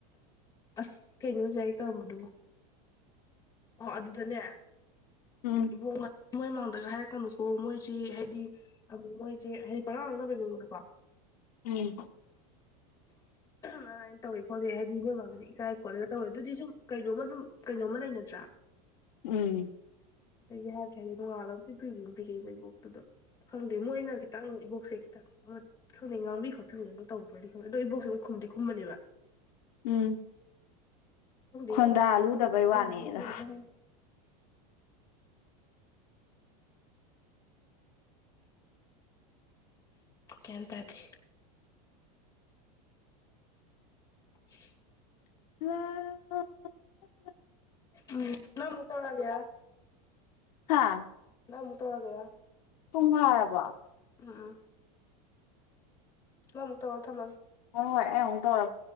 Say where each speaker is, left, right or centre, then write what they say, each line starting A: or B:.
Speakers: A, on the left; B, on the left.
A: ꯑꯁ ꯀꯩꯩꯅꯣ ꯍꯧꯖꯤꯛ ꯍꯥꯏꯒꯦ ꯇꯧꯔꯝꯕꯗꯨꯕꯣ ꯑꯣ ꯑꯗꯨꯗꯅꯦ
B: ꯎꯝ
A: ꯏꯕꯣꯛꯅ ꯃꯣꯏ ꯃꯥꯡꯗꯒ ꯍꯥꯏꯔꯛꯀꯅꯨꯀꯣ ꯃꯣꯏ ꯁꯤ ꯍꯥꯏꯗꯤ ꯃꯣꯏꯁꯦ ꯍꯥꯏꯗꯤ ꯄꯉꯥ ꯉꯛꯅꯕꯒꯤ ꯃꯑꯣꯡꯗꯀꯣ
B: ꯎꯝ
A: ꯃꯥꯏꯅ ꯇꯧꯋꯦ ꯈꯣꯠꯂꯤ <unintelligible> ꯏꯀꯥꯏ ꯈꯣꯠꯂꯦꯅ ꯇꯧꯋꯦ ꯗꯨꯗꯤ ꯁꯨꯝ ꯀꯩꯅꯣꯃ ꯑꯗꯨꯝ ꯀꯩꯅꯣꯃ ꯂꯩꯅ ꯇꯔꯥ
B: ꯎꯝ
A: ꯑꯗꯒꯤ ꯍꯥꯏꯕꯨꯗꯤ ꯍꯥꯏꯗꯦ ꯅꯣꯡꯉꯥꯜꯂꯕꯨꯗꯤ ꯄꯤꯕꯕꯨꯗꯤ ꯑꯗꯨꯝ ꯄꯤꯔꯛꯑꯦ ꯏꯕꯣꯛꯇꯨꯗꯣ ꯈꯪꯗꯦ ꯃꯣꯏꯅ ꯈꯤꯇꯪ ꯏꯕꯣꯛꯁꯦ ꯈꯤꯇꯪ ꯑꯃ ꯈꯪꯗꯦ ꯉꯥꯡꯕꯤ ꯈꯣꯠꯄꯤꯕꯒ ꯇꯧꯕꯔꯗꯤ ꯈꯪꯗꯦ ꯑꯗꯣ ꯏꯕꯣꯛꯁꯦ ꯑꯃꯨꯛ ꯈꯨꯝꯗꯤ ꯈꯨꯝꯕꯅꯦꯕ
B: ꯎꯝ
A: ꯈꯪꯗꯦꯉꯣ
B: ꯈꯣꯟꯗꯥ ꯂꯨꯗꯕꯩ
A: ꯑꯃꯅ ꯑꯃꯥ
B: ꯋꯥꯅꯦꯗ
A: ꯍꯥꯏꯅꯤ ꯑꯃꯅ ꯑꯃ ꯍꯥꯏꯅꯤ ꯒꯌꯟꯇꯗꯦ <unintelligible>
B: <unintelligible>
A: ꯎꯝ ꯑꯃꯨꯛ ꯇꯎꯔꯒꯦꯔ
B: ꯍꯥꯥ
A: ꯅꯪ ꯑꯃꯨꯛ ꯇꯧꯔꯒꯦꯔꯥ
B: ꯄꯨꯡ ꯐꯔꯥꯕꯣ
A: ꯑꯝ ꯅꯪ ꯑꯃꯨꯛ ꯇꯧꯔꯣ ꯊꯝꯃꯥꯒꯦ
B: ꯍꯣꯏ ꯍꯣꯏ ꯑꯩ ꯑꯃꯨꯛ ꯇꯧꯔꯛ